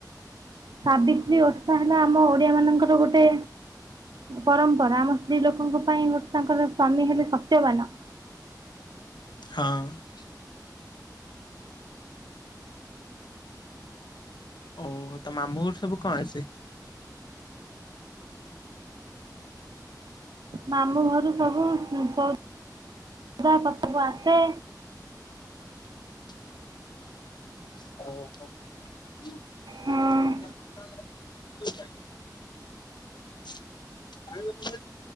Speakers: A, on the right; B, on the left.
A: ସାବିତ୍ରୀ ଓଷା ହେଲା ଆମ ଓଡିଆ ମାନଙ୍କର ଗୋଟେ ପରମ୍ପରା ଆମ ସ୍ତ୍ରୀ ଲୋକଙ୍କ ପାଇଁ ଗୋଟେ ତାଙ୍କର ସ୍ଵାମୀ ହେଲେ ସତ୍ୟବାନ।
B: ହଁ। ଓହୋ ତ ମାମୁଁ ଘରୁ ସବୁ କଣ ଆସେ?
A: ମାମୁଁ ଘରୁ ସବୁ ଉଁ ସ ଦା ପାଖକୁ ଆସେ।
B: <inaudible> ଓହୋ ହୁଁ।
A: ହଁ
B: <unintelligible> କୁ <unintelligible>